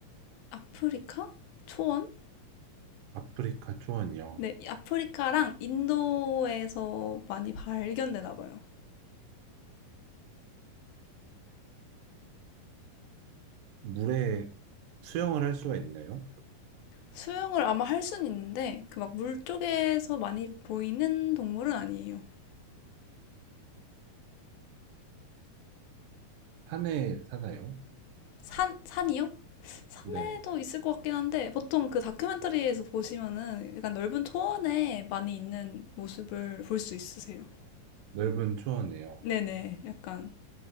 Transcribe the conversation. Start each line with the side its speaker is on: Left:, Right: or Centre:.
Left: 아프리카? 초원?
Right: 아프리카 초원이요.
Left: 네, 이 아프리카랑 인도에서 많이 발견되나 봐요.
Right: 물에 수영을 할 수가 있나요?
Left: 수영을 아마 할 순 있는데 그 막 물 쪽에서 많이 보이는 동물은 아니에요.
Right: 산에 사나요?
Left: 산 산이요? 산에도
Right: 네.
Left: 있을 것 같긴 한데 보통 그 다큐멘터리에서 보시면은 약간 넓은 초원에 많이 있는 모습을 볼 수 있으세요.
Right: 넓은 초원에요.
Left: 네네, 약간